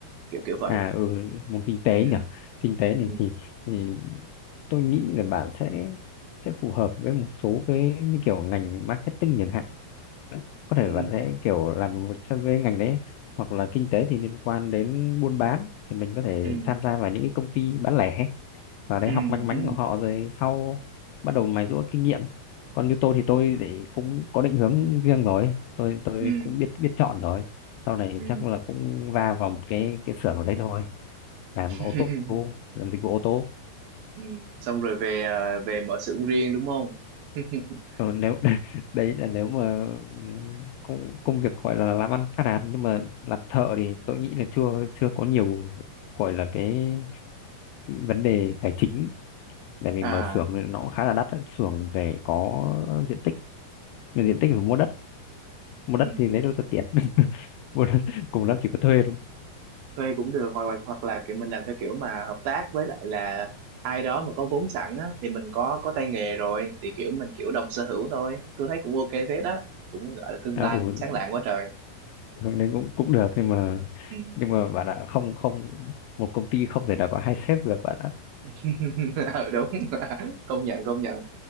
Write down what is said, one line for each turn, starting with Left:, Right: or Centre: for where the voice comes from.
Right: kiểu kiểu vậy
Left: À ừ, môn kinh tế
Right: ừ,
Left: nhỉ. Kinh tế này
Right: ừ,
Left: thì thì tôi nghĩ là bạn sẽ sẽ phù hợp với một số cái như kiểu ngành marketing chẳng hạn. Đấy, Có thể
Right: ừ,
Left: bạn sẽ kiểu làm một trong cái ngành đấy hoặc là kinh tế thì liên quan đến buôn bán thì mình có thể
Right: ừ,
Left: tham gia vào những cái công ty bán lẻ vào đấy
Right: ừ,
Left: học manh mánh
Right: ừ,
Left: của họ rồi sau bắt đầu mài giũa kinh nghiệm. Còn như tôi thì tôi thì cũng có định hướng riêng rồi. Tôi tôi
Right: ừ,
Left: cũng biết biết chọn rồi. Sau này
Right: ừ.
Left: chắc là cũng va vào một cái cái xưởng ở đấy thôi làm
Right: <laughs>
Left: ô tô làm dịch vụ ô tô
Right: Ừ. xong rồi về à, về mở xưởng riêng đúng không <laughs>
Left: Ờ, nếu <laughs> đấy là nếu mà ừ, công công việc gọi là làm ăn phát đạt nhưng mà làm thợ thì tôi nghĩ là chưa chưa có nhiều gọi là cái vấn đề tài chính tại vì
Right: à
Left: mở xưởng thì nó cũng khá là đắt á. xưởng phải có diện tích mà diện tích phải mua đất mua đất
Right: ừ.
Left: thì lấy đâu ra tiền <laughs> mua đất, cùng lắm chỉ có thuê thôi
Right: thuê cũng được hoặc là hoặc là kiểu mình làm theo kiểu mà hợp tác với lại là ai đó mà có vốn sẵn á thì mình có có tay nghề rồi thì kiểu mình kiểu đồng sở hữu thôi tôi thấy cũng ok phết đó cũng gọi là tương
Left: à,
Right: lai
Left: ừ,
Right: cũng sáng lạng quá trời
Left: hướng đấy cũng cũng được nhưng mà
Right: ừ.
Left: nhưng mà bạn ạ không không một công ty không thể nào có hai sếp được bạn
Right: <laughs> ừ đúng <laughs> công nhận công nhận